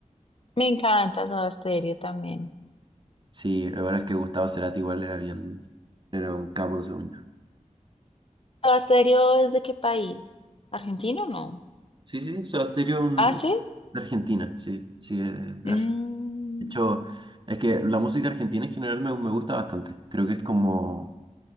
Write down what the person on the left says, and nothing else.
Me encanta Soda Stereo también.
¿Soda Stereo es de qué país? ¿Argentino o no?
¿Ah, sí?
Mm,